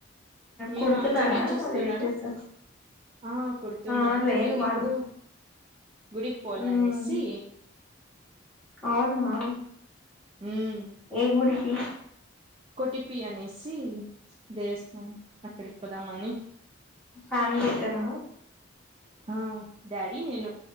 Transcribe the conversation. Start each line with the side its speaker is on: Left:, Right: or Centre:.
Right: మీరు
Centre: కుడుతున్నారా
Right: అంగిడి చూస్తున్నారా
Centre: అది డ్రెస్
Right: ఆ కుడుతున్నాను
Centre: ఆ లేదు
Right: అదే
Centre: మా
Right: ఇప్పుడు గుడికి పోవాల
Centre: ఉమ్
Right: అనేసి
Centre: అవునా
Right: మ్మ్
Centre: ఏ గుడికి
Right: కొటిపి అనేసి దేవస్థానం అక్కడికి పోదామని
Centre: ఫ్యామిలీ తోనా
Right: ఆ డాడీ నేను